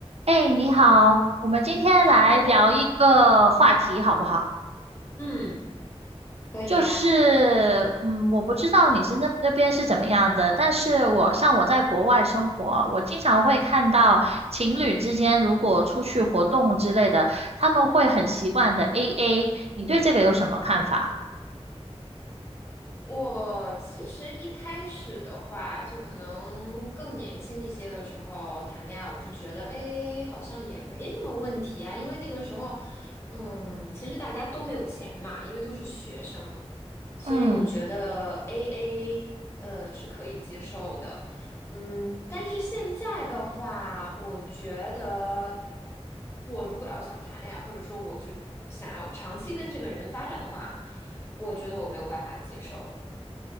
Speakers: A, on the right (about 70°); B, on the left (about 25°).
A: 哎，你好，我们今天来聊一个话题好不好？
B: Hello，嗯，可以呀、
A: 就是，嗯，我不知道你是那那边是怎么样的，但是我像我在国外生活，我经常会看到情侣之间如果出去活动之类的，他们会很习惯的 AA，你对这个有什么看法？
B: 我其实一开始的话，就可能更年轻一些的时候谈恋爱，我就觉得，哎，好像也没什么问题啊。因为那个时候，嗯，其实大家都没有钱嘛，因为都是学生，所以我觉得
A: 嗯。
B: AA，呃，是可以接受的。嗯，但是现在的话，我觉得我如果要想谈恋爱，或者说我就想要长期跟这个人发展的话，我觉得我没有办法接受。